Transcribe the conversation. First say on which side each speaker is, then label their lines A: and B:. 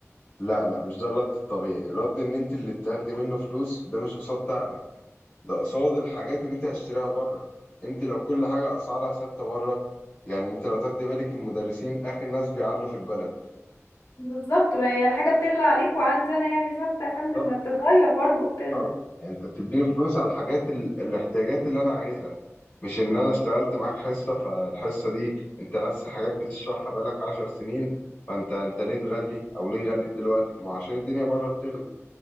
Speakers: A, on the left; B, on the left.
A: لا لا مش ده الرد الطبيعي الرد ان انت اللي بتاخدي منه فلوس ده مش قصاد تعبك ده قصاد الحاجات اللي انت هتشتريها بره انت لو كل حاجة اسعارها ثابتة بره يعني انت لو تاخدي بالك المدرسين اخر ناس بيعلوا في البلد
B: بالظبط ما هي الحاجة بتغلى عليك وعندنا يعني ثابتة يا فندم
A: بالظبط
B: ما بتتغير برضو بتغلى
A: اه يعني انت بتديني فلوس على الحاجات ال... الاحتياجات اللي انا عايزها مش ان انا اشتغلت معاك حصة فالحصة دي انت نفس الحاجات بتشرحها بقالك عشر سنين فانت انت ليه تغلي او ليه غليت دلوقتي ما هو عشان الدنيا بره بتغلى